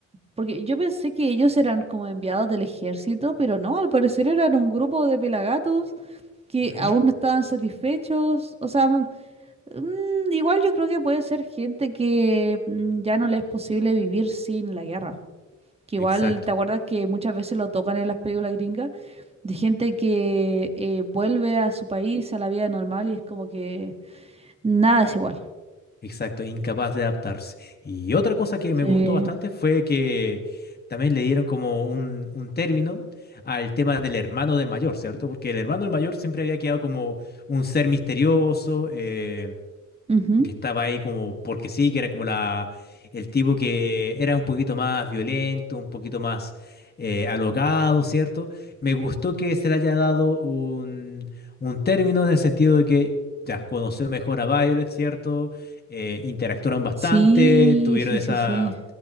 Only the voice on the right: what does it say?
porque yo pensé que ellos eran como enviados del ejército, pero no, al parecer eran un grupo de pelagatos que
aún no estaban satisfechos. O sea, Mm, igual yo creo que puede ser gente que mm, ya no le es posible vivir sin la guerra. Que igual,
¿te acuerdas que muchas veces lo tocan en las películas gringas? De gente que eh, vuelve a su país, a la vida normal y es como que nada es igual.
Sí.
Ujú.
Sí,
sí,
sí, sí.